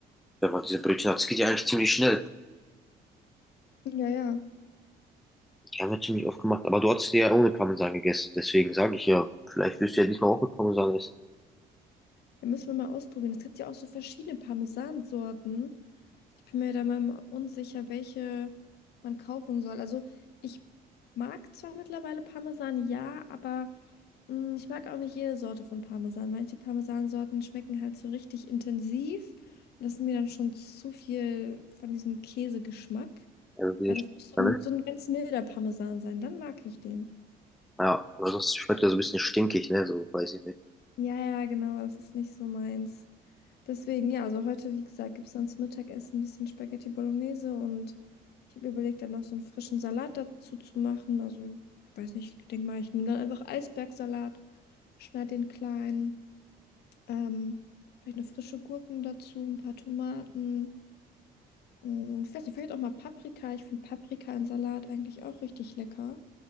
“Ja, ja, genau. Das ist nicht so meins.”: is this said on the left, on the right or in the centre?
Left